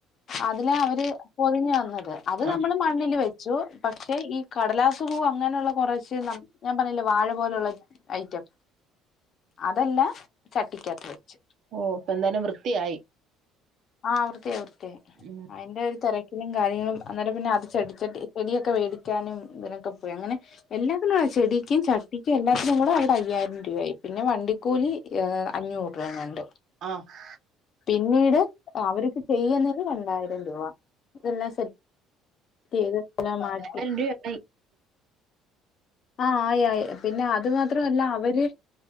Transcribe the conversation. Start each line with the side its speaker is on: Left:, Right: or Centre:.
Left: അതിലാ അവര് പൊതിഞ്ഞ് തന്നത് അത്
Right: ആഹ്
Left: നമ്മള് മണ്ണില് വെച്ചു പക്ഷെ ഈ കടലാസ് പൂവ് അങ്ങനൊള്ള ക്ഷെ നം ഞാൻ പറയിലേ വാഴ പോലൊള്ളര് ഐറ്റം. അതെല്ലാം ചട്ടിക്കകത്ത് വെച്ചു.
Right: ഓ ഇപ്പൊ എന്തായാലും വൃത്തിയായി
Left: ആഹ് വൃത്തിയായി വൃത്തിയായി
Right: ഉം
Left: അതിന്റെ ഒരു തെരക്കിലും കാര്യങ്ങളും അന്നേരം പിന്നെ അത് ചെടിച്ചട്ടി ചെടിയൊക്കെ മേടിക്കാനും ഇതിനൊക്കെ പോന് എല്ലാത്തിനും ചെടിക്കും ചട്ടിക്കും എല്ലാത്തിനും കൂടെ ഒരു അയ്യായിരം രൂപയായി പിന്നെ വണ്ടിക്കൂലി ഏ അഞ്ഞൂറ് രൂപങ്ങാണ്ട്
Right: ആഹ്
Left: പിന്നീട് അവര്ക്ക് ചെയ്യുന്നത് രണ്ടായിരം രൂപ ഇതെല്ലാം സെറ്റാ ക്കിയത് അതങ്ങ് ആയിപോയി
Right: രണ്ടായിരം രൂപയായി
Left: ആയി ആയി പിന്നെ അത് ത്രല്ല അവര്